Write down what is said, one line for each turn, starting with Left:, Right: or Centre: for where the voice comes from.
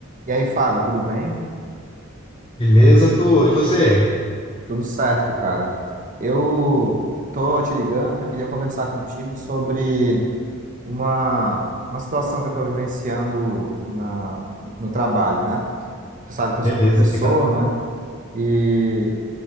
Right: E aí, Fábio, tudo bem?
Left: Beleza, tu? E você?
Right: Tudo certo, cara. Eu tô te ligando porque eu queria conversar contigo sobre uma, uma situação que eu estou vivenciando na, no trabalho, né? Tu sabe que eu
Left: Beleza,
Right: sou professor,
Left: diga lá.
Right: né? E